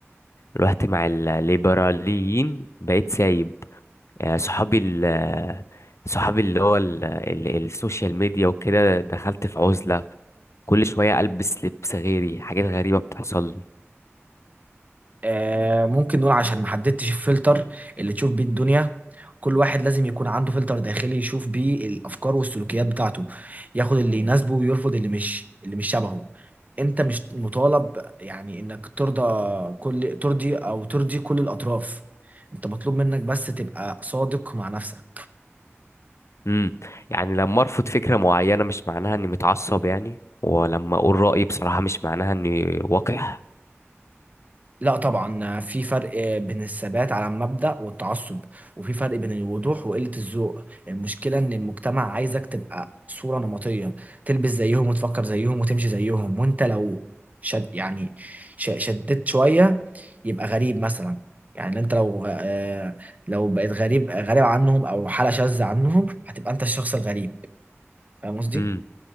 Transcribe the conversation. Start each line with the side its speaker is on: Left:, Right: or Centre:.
Left: رحت مع الليبراليين بقيت سايب آه، صحابي ال صحابي اللي هو ال- ال- السوشيال ميديا وكده دخلت في عزلة كل شوية ألبس لبس غيري حاجات غريبة بتحصل لي
Right: آه، ممكن نقول عشان ما حددتش الفلتر اللي تشوف بيه الدنيا كل واحد لازم يكون عنده فلتر داخلي يشوف بيه الافكار والسلوكيات بتاعته ياخد اللي يناسبه ويرفض اللي مش اللي مش شبهه انت مش مطالب يعني انك ترضى كل ترضي او ترضي كل الاطراف انت مطلوب منك بس تبقى صادق مع نفسك
Left: امم يعني لما ارفض فكره معينه مش معناها اني متعصب يعني ولما اقول رايي بصراحه مش معناها اني وقح
Right: لا طبعا في فرق بين الثبات على المبدأ والتعصب وفي فرق بين الوضوح وقلة الذوق المشكلة ان المجتمع عايزك تبقى صورة نمطية تلبس زيهم وتفكر زيهم وتمشي زيهم وانت لو شد يعني ش- شددت شوية يبقى غريب مثلا يعني انت لو آه، لو بقيت غريب غريب عنهم او حالة شاذة عنهم هتبقى انت الشخص الغريب فاهم قصدي؟
Left: امم